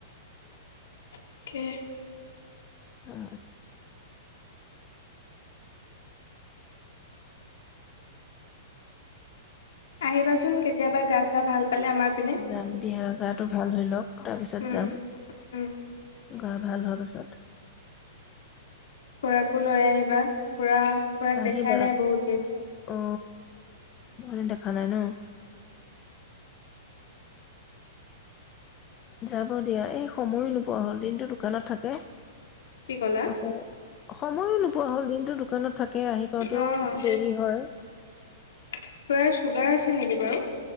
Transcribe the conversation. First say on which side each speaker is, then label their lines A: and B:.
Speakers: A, on the left; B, on the left.
A: তাকে
B: অ
A: আহিবাচোন কেত কেতিয়াবা গা-চা ভাল পালে আমাৰ পিনে
B: যাম দিয়া। গাটো ভাল হৈ লওক। তাৰপিছত
A: উম
B: যাম।
A: উম
B: গা ভাল হোৱাৰ পাছত।
A: খুৰাকো লৈ আহিবা। খুৰা খুৰাক দেখাই
B: আহিবা
A: নাই বহুত দিন।
B: অ বহুত দিন দেখা নাই ন? যাব দিয়া। এই সময়ো নোপোৱা হ'ল। দিনটো দোকানত থাকে।
A: কি ক'লা?
B: আ সময়ো নোপোৱা হ'ল। দিনটো দোকানত থাকে, আহি পাওঁতেও
A: অ',
B: দেৰি হয়।
A: খুৰাৰ চুগাৰ আছে নেকি বাৰু?